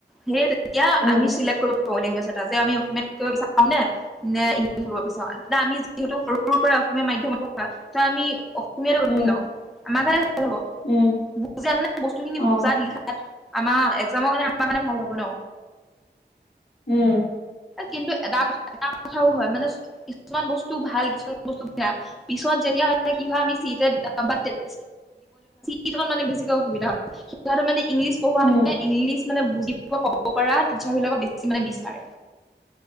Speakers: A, in the centre; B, on the left (about 70°).
A: সেই তেতিয়া
B: উম
A: আমি চিলেক্ট কৰিব পাৰোঁ লিংগ আছে। তাতে আমি অসমীয়াত থাকিব বিচাৰো নে? নে ইংলিছ হ'ব বিচাৰো তে আমি যিহেতু সৰুৰে পৰাই অসমীয়া মাধ্যমতে পঢ়া ত' আমি অ সমীয়া তে লিখিম
B: উম
A: ন' আমাৰ কাৰণে <unintelligible> হব
B: উম
A: বুজাই মানে বস্তু খিনি
B: অ
A: বুজাত লিখাত। তাত, আমাৰ এক্সামৰ কাৰণে আমাৰ কাৰণে ভাল হ'ব ন'।
B: উম,
A: কিন্তু এটা কথা এটা কথাও হয় মানে, কি-কিছুমান বস্তু ভাল কিছুমান বস্তু বেয়া। পিছত যেতিয়া আমাৰ কি হয় আমি চিটে <unintelligible> কিছুমান মানে বেছিকে অসুবিধা হয়। শিকোৱাটো মানে ইংলিছ পঢ়োৱা
B: উম
A: মানে ইংলিছ মানে বুজি পোৱা ক'ব পৰা টিচাৰ বিলাকক বেছি মানে বিচাৰে।